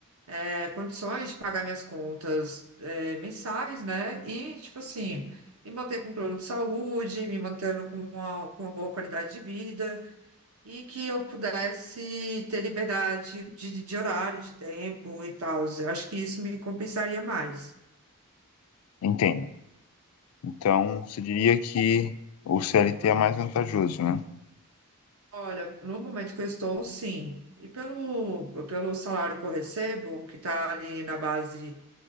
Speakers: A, on the right; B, on the left.
A: é, condições de pagar minhas contas é, mensais, né? E, tipo assim, me manter com um plano de saúde, me mantendo com uma, com uma boa qualidade de vida e que eu pudesse ter liberdade de, de horário, de tempo e tal. Eu acho que isso me compensaria mais.
B: Entendo. Então, se diria que o CLT é mais vantajoso, né?
A: Olha, no momento que eu estou, sim. E pelo, pelo salário que eu recebo, que está ali na base